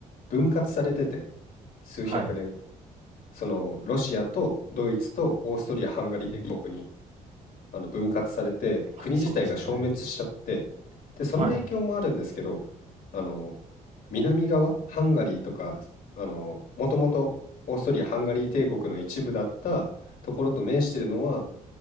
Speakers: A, on the left; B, on the right.
A: 分割されてて、数百年
B: はい
A: そのロシアとドイツとオーストリア・ハンガリー帝国にあの分割されて国自体が消滅しちゃって
B: あそうでしたね
A: でその影響もあるんですけど
B: はい
A: あの南側ハンガリーとかあのもともとオーストリア・ハンガリー帝国の一部だったところと面しているのは